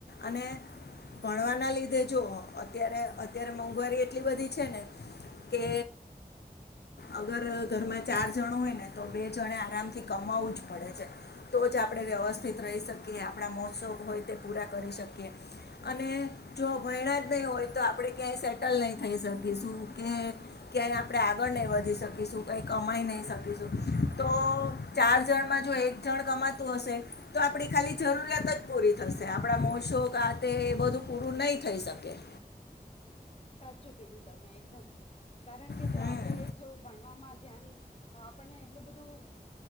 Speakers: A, on the left; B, on the left.
A: અને ભણવાના લીધે જો અત્યારે અત્યારે મોંઘવારી એટલી બધી છે ને કે અગર ઘરમાં ચાર જણ હોય ને તો બે જણે આરામ થી કમ પડે છે તો જ આપણે વ્યવસ્થા રહી શકીએ આપણા મોત્સો હોય તે પૂરા કરી શકીએ અને જો ભયણા જ નહી હોય તો આપણે ક્યાંય સેટલ નહી થઈ શકીશું ક્યાંય આપણે આગળ નહી વધી શકીશું કઈ કમાઈ નહી શકીશું તો ચાર જણમાં જો એક જણ કમાતું હશે તો આપડી ખાલી જરૂરિયાત જ પૂરી થશે આપણા મોશો કાતે એ બધું પૂરું નહી થઈ શકે
B: સાચું કીધું તમે એકદમ કારણ કે
A: હમ
B: જો આપણેે જો ભણવામાં ધ્યાન આપણને એટલું બધું